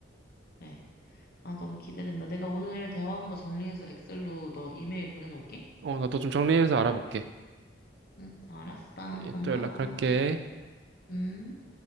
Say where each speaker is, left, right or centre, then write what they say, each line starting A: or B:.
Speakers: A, on the left; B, on the right.
A: 네. 아, 너무 기대된다. 내가 오늘 대화한 거 정리해서 엑셀로 너 이메일 보내놓을게.
B: 어, 나도 좀 정리해서 알아볼게.
A: 응, 알았어.
B: 오케이,
A: 고마워.
B: 또 연락할게.
A: 음.